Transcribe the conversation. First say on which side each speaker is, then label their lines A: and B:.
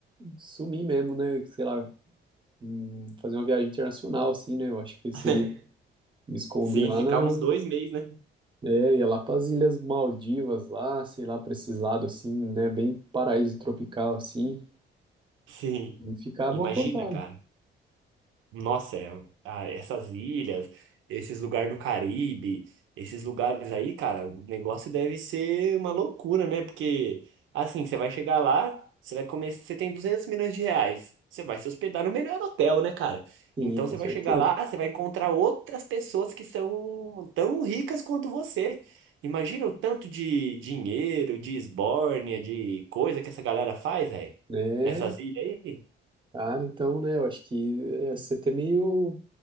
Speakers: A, on the right; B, on the right.
A: sumir mesmo, né? Sei lá, hum, fazer uma viagem internacional, assim, né? Eu acho que seria
B: <laughs>
A: me esconder
B: Sim,
A: lá
B: ficar
A: na.
B: uns dois meses, né?
A: É, ia lá pras Ilhas Maldivas, lá, sei lá, pra esses lados, assim, né? Bem paraíso tropical, assim,
B: Sim.
A: e ficar
B: Imagina,
A: mocosado.
B: cara. Nossa, é, ah, essas ilhas, esses lugares do Caribe, esses lugares aí, cara, o negócio deve ser uma loucura, né? Porque, assim, você vai chegar lá, você vai comer, você tem 200 milhões de reais, você vai se hospedar no melhor hotel, né, cara?
A: Sim,
B: Então
A: com
B: você
A: certeza.
B: vai chegar lá, você vai encontrar outras pessoas que são tão ricas quanto você. Imagina o tanto de dinheiro, de esbórnia, de coisa que essa galera faz, aí,
A: Né?
B: nessas ilhas aí.
A: Cara, então, né? Eu acho que ia ser até meio.